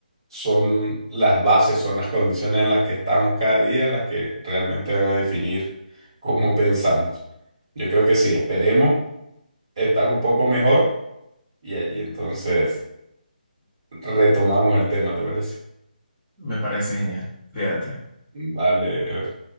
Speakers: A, on the right; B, in the centre.
A: son las bases, son las condiciones en las que estamos cada día las que realmente van a definir cómo pensamos. Yo creo que sí, esperemos estar un poco mejor y allí entonces retomamos el tema, ¿te parece?
B: Me parece genial. Cuídate.
A: Vale, Ever.